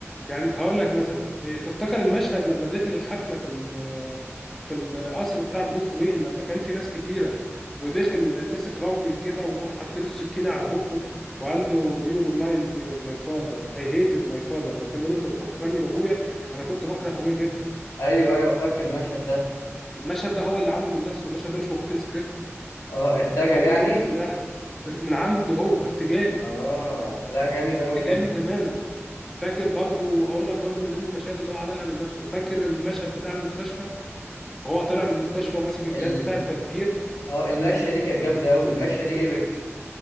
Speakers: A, in the centre; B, on the left.
A: يعني هقول لك مثلا إيه تفتكر المشهد لما دخل الحفله في ال- في القصر بتاع بروس وين لما كان في ناس كتيره ودخل مسك راجل كده وقام حاطط له السكينه على بقه وقال له يو ريمايندز مي اوف ماي فاذر اي هيتد ماي فاذر لما كان بيقول له انت بتفكرني بابويا انا كنت بكره ابويا جدا
B: ايوه ايوه فاكر المشهد ده
A: المشهد ده هو اللي عامله من نفسه المشهد ده مش موجود في السكريبت
B: اه ارتجل
A: مش موجود
B: يعني
A: في السيناريو من عنده هو ارتجالي
B: اه لا جامد قوي
A: ارتجالي
B: ده
A: تماما فاكر برضو هقول لك برضو من ضمن المشاهد اللي هو عملها من نفسه فاكر المشهد بتاع المستشفى وهو طالع من المستشفى وماسك الجهاز
B: ال...
A: بتاع التفجير
B: اه المشيه دي كانت جامده قوي المشيه دي ايبك